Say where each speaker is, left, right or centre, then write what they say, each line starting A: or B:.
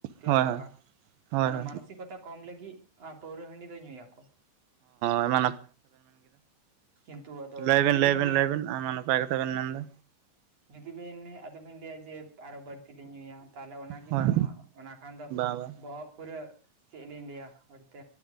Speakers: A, on the right; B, on the right.
A: ᱦᱳᱭ
B: ᱞᱚᱥᱚᱜᱼᱟ
A: ᱦᱳᱭ ᱦᱳᱭ
B: ᱚᱱᱟ
A: ᱦᱳᱭ
B: ᱢᱟᱱᱚᱥᱤᱠᱚᱛᱟ
A: ᱦᱚᱸ
B: ᱠᱚᱢ ᱞᱟᱹᱜᱤᱫ ᱯᱟᱹᱣᱨᱟᱹ ᱦᱟᱺᱰᱤ ᱫᱚ ᱧᱩᱭᱟᱠᱚ
A: ᱟᱭᱢᱟ
B: ᱠᱤᱱᱛᱩ
A: ᱞᱟᱹᱭᱵᱤᱱ
B: ᱡᱩᱫᱤ
A: ᱞᱟᱹᱭᱵᱤᱱ
B: ᱵᱤᱱ ᱞᱟᱹᱭᱟ
A: ᱞᱟᱹᱭᱵᱤᱱ ᱟᱢᱟ ᱱᱟᱯᱟᱭ ᱠᱟᱛᱷᱟ ᱵᱮᱱ ᱢᱮᱱ ᱫᱟ
B: ᱡᱩᱫᱤ ᱵᱮᱱ ᱟᱫᱚᱵᱤᱱ ᱞᱟᱹᱭᱟ ᱡᱮ ᱟᱨᱦᱚᱸ ᱵᱟᱹᱲᱛᱤ ᱞᱤᱧ ᱧᱩᱭᱟ ᱛᱟᱦᱚᱞᱮ ᱚᱱᱟ ᱤ
A: ᱦᱳᱭ
B: ᱜᱟᱱᱚᱜᱼᱟ ᱚᱱᱟ ᱠᱷᱟᱱ ᱫᱚ
A: ᱵᱟ ᱵᱟ
B: ᱵᱚᱦᱚᱜ ᱯᱩᱨᱟᱹ ᱪᱮᱫ ᱞᱤᱧ ᱞᱟᱹᱭᱟ ᱦᱚᱲᱛᱮ